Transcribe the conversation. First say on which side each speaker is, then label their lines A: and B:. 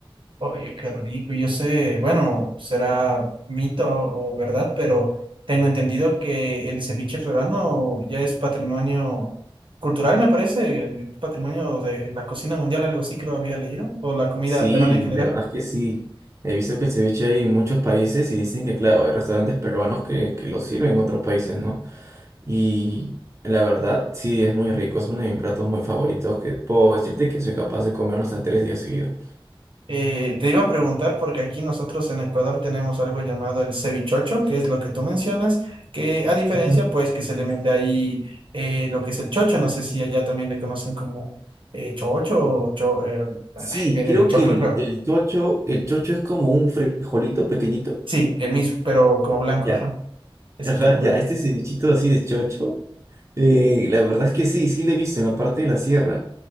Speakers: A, on the right; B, on the right.
A: Oye, qué rico. Yo sé, bueno, será mito o verdad, pero tengo entendido que el ceviche peruano ya es patrimonio cultural, me parece, patrimonio de la cocina mundial, algo así creo había leído, o la comida
B: Sí,
A: peruana en general.
B: la verdad es que sí. He visto que el ceviche hay en muchos países y dicen que, claro, hay restaurantes peruanos que, que lo sirven en otros países, ¿no? Y la verdad, sí, es muy rico. Es uno de mis platos muy favoritos que puedo decirte que soy capaz de comerlo hasta tres días seguidos.
A: Eh, te iba a preguntar porque aquí nosotros en Ecuador tenemos algo llamado el cevichocho, que es lo que tú mencionas, que a diferencia
B: Ujú.
A: pues que se le mete ahí eh, lo que es el chocho, no sé si allá también le conocen como eh, chocho o cho- eh, ay,
B: Sí,
A: viene
B: creo
A: del choclo
B: que el,
A: creo.
B: el chocho, el chocho es como un frijolito pequeñito.
A: Sí, el mismo, pero como blanco,
B: Ya,
A: ajá, ese
B: ajá,
A: tal cual.
B: ya, este cevichito así de chocho Eh, la verdad es que sí, sí le he visto en la parte de la sierra.